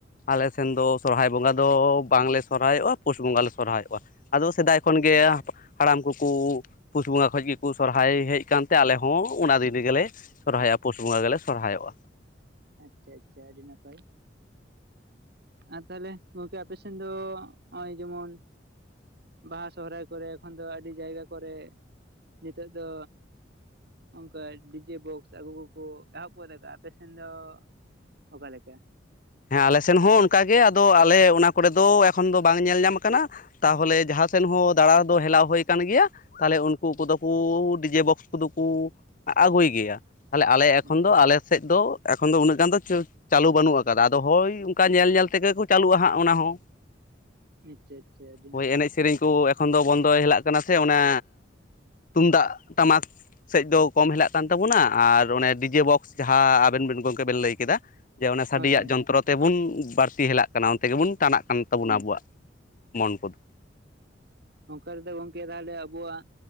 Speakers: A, on the left; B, on the right.
A: ᱟᱞᱮ ᱥᱮᱱ ᱫᱚ ᱥᱚᱨᱦᱟᱭ ᱵᱚᱸᱜᱟ ᱫᱚ ᱵᱟᱝᱞᱮ ᱥᱚᱨᱦᱟᱭᱚᱜᱼᱟ ᱯᱳᱥ ᱵᱚᱸᱜᱟ ᱞᱮ ᱥᱚᱨᱦᱟᱭᱚᱜᱼᱟ᱾ ᱟᱫᱚ ᱥᱮᱫᱟᱭ ᱠᱷᱚᱱ ᱜᱮ ᱦᱟᱲᱟᱢ ᱠᱚᱠᱚ ᱯᱩᱥ ᱵᱚᱸᱜᱟ ᱠᱷᱚᱭ ᱜᱮᱠᱚ ᱥᱚᱨᱦᱟᱭ ᱦᱮᱜ ᱠᱟᱱᱛᱮ ᱟᱞᱮ ᱦᱚᱸ ᱚᱱᱟ ᱫᱤᱱ ᱨᱮᱜᱮ ᱞᱮ ᱥᱚᱨᱦᱟᱭᱚᱜᱼᱟ ᱯᱩᱥ ᱵᱚᱸᱜᱟ ᱜᱮᱞᱮ ᱥᱚᱨᱦᱟᱭᱚᱜᱼᱟ᱾
B: ᱟᱪᱪᱷᱟ ᱟᱪᱪᱷᱟ ᱟᱹᱰᱤ ᱱᱟᱯᱟᱭ᱾ ᱟᱨ ᱛᱟᱦᱚᱞᱮ ᱜᱚᱝᱠᱮ ᱟᱯᱮᱥᱱ ᱫᱚ ᱦᱚᱜᱼᱚᱭ ᱡᱮᱢᱚᱱ ᱵᱟᱦᱟ ᱥᱚᱦᱨᱟᱭ ᱠᱚᱨᱮ ᱮᱠᱷᱚᱱ ᱫᱚ ᱟᱹᱰᱤ ᱡᱟᱭᱜᱟ ᱠᱚᱨᱮ ᱱᱤᱛᱚᱜ ᱫᱚ ᱚᱱᱠᱟ ᱰᱤᱡᱮ ᱵᱚᱠᱥ ᱟᱜᱩ ᱠᱚᱠᱚ ᱮᱦᱚᱵᱚ ᱜᱚᱫ ᱠᱟᱜᱼᱟ ᱟᱯᱮ ᱥᱮᱱ ᱫᱚ ᱚᱠᱟ ᱞᱮᱠᱟ?
A: ᱦᱮᱸ ᱟᱞᱮ ᱥᱮᱱ ᱦᱚᱸ ᱚᱱᱠᱟ ᱜᱮ ᱟᱫᱚ ᱟᱞᱮ ᱚᱱᱟ ᱠᱚᱨᱮ ᱫᱚ ᱮᱠᱷᱚᱱ ᱫᱚ ᱵᱟᱝ ᱧᱮᱞ ᱧᱟᱢ ᱠᱟᱱᱟ᱾ ᱛᱟᱦᱚᱞᱮ ᱡᱟᱦᱟᱸ ᱥᱮᱱ ᱦᱚᱸ ᱫᱟᱬᱟᱸ ᱫᱚ ᱦᱮᱞᱟᱣ ᱦᱩᱭ ᱠᱟᱱ ᱜᱮᱭᱟ, ᱛᱟᱦᱚᱞᱮ ᱩᱱᱠᱩ ᱠᱚᱫᱚ ᱠᱚ ᱰᱤᱡᱮ ᱵᱚᱠᱥ ᱠᱚᱫᱚ ᱠᱚ ᱟᱹᱜᱩᱭ ᱜᱮᱭᱟ᱾ ᱛᱟᱦᱮᱞᱮ ᱟᱞᱮ ᱮᱠᱷᱚᱱ
B: ᱟᱪᱪᱷᱟ
A: ᱫᱚ ᱟᱞᱮ ᱥᱮᱜ ᱫᱚ ᱮᱠᱷᱚᱱ ᱫᱚ ᱩᱱᱟᱹᱜ ᱜᱟᱱ ᱫᱚ ᱪᱚ ᱪᱟᱹᱞᱩ ᱵᱟᱹᱱᱩᱜᱼᱟ ᱠᱟᱫᱟ ᱟᱫᱚ ᱦᱳᱭ ᱚᱝᱠᱟ ᱧᱮᱞ ᱧᱮᱞ ᱛᱮᱜᱮ ᱠᱚ ᱪᱟᱹᱞᱩᱜᱼᱟ ᱦᱟᱸᱜ ᱚᱱᱟ ᱦᱚᱸ᱾
B: ᱟᱪᱪᱷᱟ ᱟᱪᱪᱷᱟ ᱟᱹᱰᱤ
A: ᱦᱳᱭ
B: ᱱᱟᱯᱟᱭ
A: ᱮᱱᱮᱡ ᱥᱮᱨᱮᱧ ᱠᱚ ᱮᱠᱷᱚᱱ ᱫᱚ ᱵᱚᱱᱫᱚᱭ ᱦᱮᱞᱟᱜ ᱠᱟᱱᱟ ᱥᱮ ᱚᱱᱟ ᱛᱩᱢᱫᱟᱜ ᱴᱟᱢᱟᱠ ᱥᱮᱡ ᱫᱚ ᱠᱚᱢ ᱦᱮᱞᱟᱜ ᱠᱟᱱ ᱛᱟᱵᱚᱱᱟ ᱟᱨ ᱚᱱᱮ ᱰᱤᱡᱮ ᱵᱚᱠᱥ ᱡᱟᱦᱟᱸ ᱟᱵᱮᱱ ᱵᱮᱱ ᱜᱚᱝᱠᱮ ᱵᱮᱱ ᱞᱟᱹᱭ ᱠᱮᱫᱟ ᱡᱮ ᱚᱱᱮ ᱥᱟᱰᱮᱭᱟᱜ
B: ᱦᱳᱭ ᱦᱳᱭ
A: ᱡᱚᱱᱛᱨᱚ ᱛᱮᱵᱚᱱ ᱵᱟᱹᱲᱛᱤ ᱦᱮᱞᱟᱜ ᱠᱟᱱᱟ ᱚᱱᱛᱮ ᱜᱮᱵᱚᱱ ᱴᱟᱱᱟᱜ ᱠᱟᱱ ᱛᱟᱵᱚᱱᱟ ᱟᱵᱚᱣᱟᱜ ᱢᱚᱱ ᱠᱚᱫᱚ᱾
B: ᱱᱚᱝᱠᱟ ᱨᱮᱫᱚ ᱜᱚᱝᱠᱮ ᱛᱟᱦᱚᱞᱮ ᱟᱵᱚᱣᱟᱜ